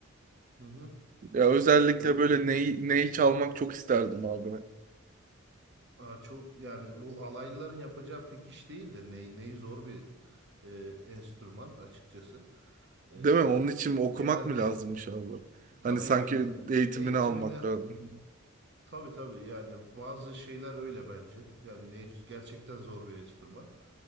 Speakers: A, on the right; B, on the right.
A: Hı hı.
B: Ya özellikle
A: Böyle,
B: böyle neyi, neyi çalmak çok isterdim abi.
A: aa, çok yani bu alaylıların yapacağı pek iş değil de ney, neyi zor bir e, enstrüman açıkçası. Ee,
B: Değil mi? Onun için okumak
A: genelde
B: mı lazımmış abi?
A: tabii
B: Hani sanki
A: yani
B: eğitimini
A: eğitimini
B: almak lazım.
A: tabii tabii yani bazı şeyler öyle bence. Yani ney gerçekten zor bir enstrüman.